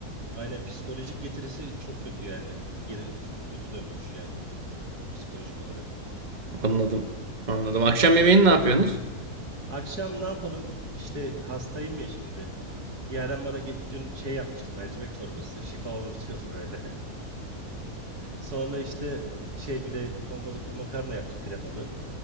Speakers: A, on the right; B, on the right.
A: Aynen psikolojik getirisi çok kötü yani. Geri ç- kötü dönmüş yani psikolojik olarak.
B: Anladım. Anladım. Akşam yemeğini ne yapıyorsunuz?
A: Akşam ne yapalım? İşte hastayım ya şimdi. Yaren bana ge- dün şey yapmıştı mercimek çorbası. Şifa olur diyordu böyle. <laughs> Sonra işte şey bir de ton balıklı makarna yaptık kremalı.